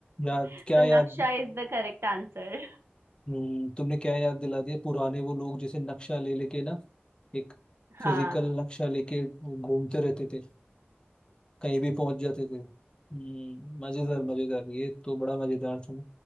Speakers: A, on the left; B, on the right.
A: याद
B: <laughs>
A: क्या
B: तो नक्शा
A: याद
B: इज द करेक्ट आंसर
A: हम्म, तुमने क्या याद दिला दिया पुराने वो लोग जैसे नक्शा ले लेके ना एक फिजिकल
B: हाँ
A: नक्शा लेके घूमते रहते थे कहीं भी पहुंच जाते थे हम्म, मजेदार मजेदार ये तो बड़ा मजेदार था